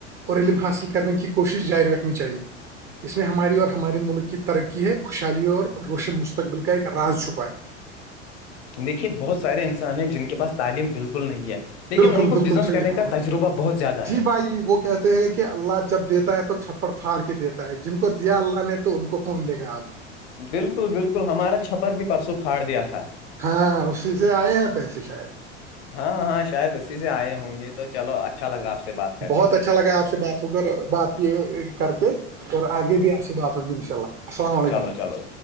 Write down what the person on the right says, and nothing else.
اور علم حاصل کرنے کی کوشش جاری رکھنی چاہیے <unintelligible> اس میں ہماری اور ہمارے ملک کی ترقی ہے خوشحالی اور روشن مستقبل کا ایک راز چھپا ہے
بالکل
بالکل
صحیح
فرمایا
جی
وہ کیا <unintelligible> ہیں کہ اللہ جب دیتا ہے تو چھپڑ پھاڑ کے دیتا ہے جن کو دیا اللہ نے تو ان کون لے گا آپ
ہاں اسی سے آئے ہیں پیسے شاید
بہت
اچھا لگا آ سے بات <unintelligible> ہو کر بات یہ کر کے اور آگے بھی آپ سے بات ہوگی ان شاء اللہ السلام علیکم